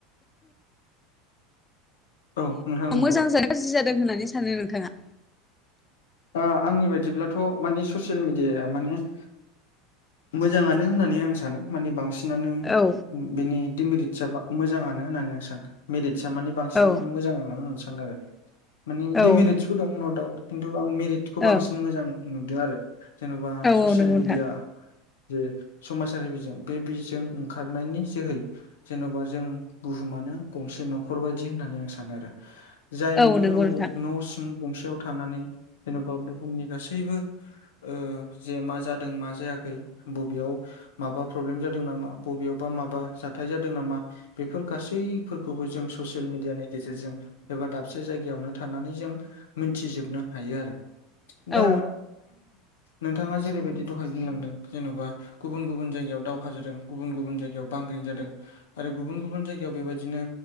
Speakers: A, on the left (about 75°); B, on the left (about 15°).
A: औ नोंथां नंगौ
B: मोजां जादों ना गाज्रि जादों होननानै सानो नोंथाङा
A: आंनि बायदिब्लाथ' माने ससियेल मिडियाया माने मोजाङानो होननानै आं सानो मानि बांसिनानो
B: औ
A: बिनि डिमेरिटसा मोजाङानो होननानै आं सानो मेरिटस आ मानि बांसिनानो
B: औ
A: मोजां होननानै आं सानो आरो माने डिमेरिटसफोर
B: औ ओं
A: दं न' दाउट खिन्थु आं मेरिटसखौ
B: औ
A: बांसिन मोजां नुदों आरो जेन'बा
B: औ
A: ससियेल
B: नंगौ नोंथां
A: मिडिया जे समाजारि बिजों बे बिजों ओंखारनायनि जोहै जेन'बा जों बुहुमानो गंसे न'खर बायदि होननानै आं सानो आरो जाय
B: औ
A: नोङो
B: नंगौ
A: न'
B: नोंथां
A: न' सिं गंसेयाव थानानै जेन'बा बुहुमनि गासैबो ओ जे मा जादों मा जायाखै बबेयाव माबा प्रब्लेम जादों नामा बबेयावबा माबा जाथाय जादों नामा बेफोर गासैफोरखौबो जों ससियेल मिडियानि गेजेरजों एबा दाबसे जायगायावनो थानानै जों मिथिजोबनो हायो आरो
B: औ
A: दा नोंथाङा जेरैबायदि दहाय बुंलांदों जेन'बा गुबुन गुबुन जायगायाव दावहा जादों गुबुन गुबुन जायगायाव बांग्रिं जादों आरो गुबुन गुबुन जायगायाव बेबायदिनो